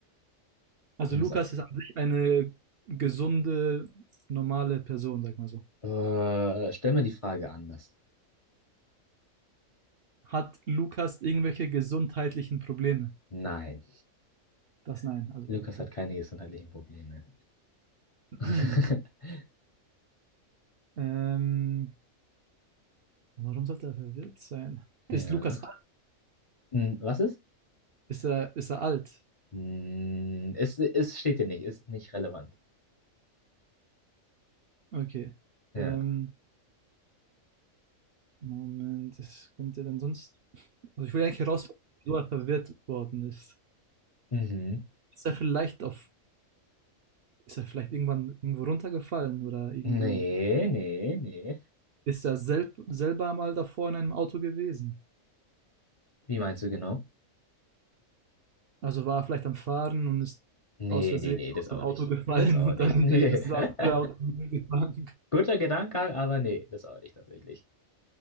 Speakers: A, on the right; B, on the left.
A: Also
B: Du musst
A: Lukas
B: auch.
A: ist an sich eine gesunde, normale Person, sag mal so.
B: Äh, stell mir die Frage anders.
A: Hat Lukas irgendwelche gesundheitlichen Probleme?
B: Nein.
A: Das nein, also
B: Lukas
A: okay.
B: hat keine gesundheitlichen Probleme.
A: <clears throat>
B: <laughs>
A: ähm, warum sollte er verwirrt sein? Ist
B: Ja.
A: Lukas
B: Hm, was ist?
A: Ist er, ist er alt?
B: Hm, es, es steht hier nicht. Ist nicht relevant.
A: Okay.
B: Ja.
A: Ähm, Moment, das könnte dann sonst. Also ich will eigentlich herausfinden, wieso er verwirrt worden ist.
B: Mhm.
A: Ist er vielleicht auf. Ist er vielleicht irgendwann irgendwo runtergefallen oder irgendwie.
B: Nee, nee, nee.
A: Ist er selb, selber mal davor in einem Auto gewesen?
B: Wie meinst du genau?
A: Also war er vielleicht am Fahren und ist
B: Nee,
A: aus Versehen
B: nee, nee,
A: aus
B: das auch
A: dem Auto
B: nicht.
A: gefallen
B: Das auch
A: und
B: nicht.
A: dann hinter
B: Nee.
A: ihm ist das
B: <laughs>
A: andere Auto gefahren.
B: Guter Gedanke, aber nee, das auch nicht tatsächlich.